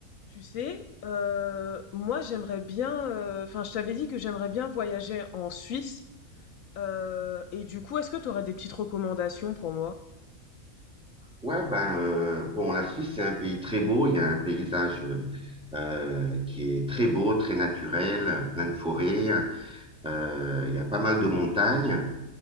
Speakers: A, on the left (about 70°); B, in the centre.
A: Tu sais, euh, moi j'aimerais bien, euh, enfin je t'avais dit que j'aimerais bien voyager en Suisse, euh, et du coup est-ce que tu aurais des petites recommandations pour moi?
B: Ouais, ben, euh, bon, la Suisse, c'est un pays très beau. Il y a un paysage euh, euh, qui est très beau, très naturel, plein de forêts. Euh, il y a pas mal de montagnes